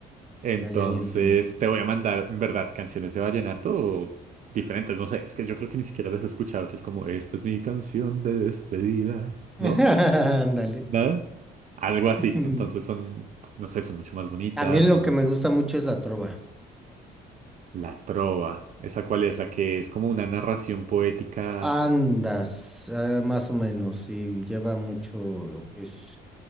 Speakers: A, on the right (about 45°); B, in the centre.
A: Entonces,
B: ya, ya, ya entiendo.
A: te voy a mandar, en verdad, canciones de vallenato diferentes. No sé, es que yo creo que ni siquiera las he escuchado, que es como, esta es mi canción de despedida,
B: <laughs>
A: ¿no?
B: Ándale.
A: ¿Nada? Algo así.
B: <laughs>
A: Entonces son, no sé, son mucho más bonitas,
B: También
A: son
B: lo que me gusta mucho es la trova.
A: La Trova. ¿Esa cuál es? La que es como una narración poética.
B: Andas, ah, más o menos, sí, lleva mucho lo que es,